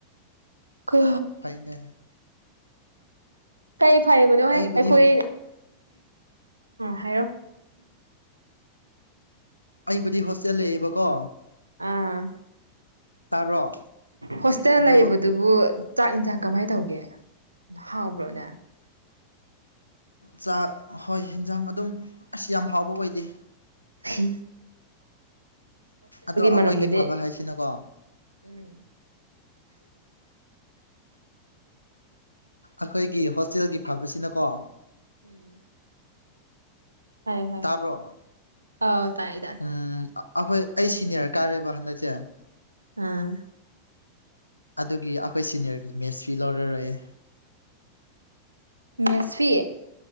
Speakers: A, on the right; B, on the left.
A: ꯀ
B: ꯐꯩꯅꯦ
A: ꯀꯩ ꯐꯩꯕꯅꯣꯍ
B: ꯑꯩꯕꯨꯗꯤ
A: ꯑꯩꯈꯣꯏ ꯑꯥ ꯍꯥꯏꯔꯣ
B: ꯑꯩꯕꯨꯗꯤ ꯍꯣꯁꯇꯦꯜ ꯂꯩꯌꯦꯕꯀꯣ
A: ꯑꯥ
B: ꯇꯥꯕ꯭ꯔꯣ
A: ꯍꯣꯁꯇꯦꯜ
B: ꯑꯗꯣ
A: ꯂꯩꯕꯗꯨꯕꯨ ꯆꯥꯛ ꯌꯦꯟꯁꯥꯡ ꯀꯃꯥꯏꯅ ꯇꯧꯒꯦ ꯍꯥꯎꯕ꯭ꯔꯣꯅꯦ
B: ꯆꯥꯛ ꯍꯣꯏ ꯌꯦꯟꯖꯥꯡ ꯑꯗꯨꯝ ꯑꯁ ꯌꯥꯝ ꯍꯥꯎꯕ ꯑꯣꯏꯗꯦ
A: ꯍ
B: ꯑꯗꯣ ꯑꯩꯈꯣꯏꯒꯤ
A: ꯃꯔꯝꯗꯗꯤ
B: ꯐꯕ ꯍꯥꯏꯁꯤꯅꯀꯣ
A: ꯎꯝ
B: ꯑꯩꯈꯣꯏꯒꯤ ꯍꯣꯁꯇꯦꯜꯒꯤ ꯐꯕꯁꯤꯅꯀꯣ
A: ꯎꯝ ꯍꯥꯏꯌꯣ ꯍꯥꯏꯌꯣ
B: ꯇꯥꯕ꯭ꯔꯣ
A: ꯑꯥꯎ ꯇꯥꯏꯌꯦ ꯇꯥꯏꯌꯦ
B: ꯎ ꯑꯩꯈꯣꯏ ꯑꯩ ꯁꯤꯅꯤꯌꯔ ꯀꯥꯔꯦꯕ ꯍꯟꯗꯛꯁꯦ
A: ꯑꯥ
B: ꯑꯗꯨꯒꯤ ꯑꯩꯈꯣꯏ ꯁꯤꯅꯤꯌꯔꯒꯤ ꯃꯦꯁ ꯐꯤ ꯂꯧꯔꯔꯣꯏꯌꯦ
A: ꯃꯦꯁ ꯐꯤ